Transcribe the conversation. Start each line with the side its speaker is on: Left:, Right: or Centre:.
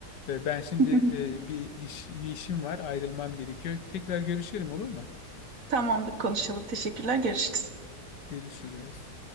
Left: E, ben şimdi
Right: <laughs>
Left: e, bir iş, bir işim var. Ayrılmam gerekiyor. Tekrar görüşelim olur mu?
Right: Tamamdır konuşalım. Teşekkürler. Görüşürüz.
Left: Görüşürüz.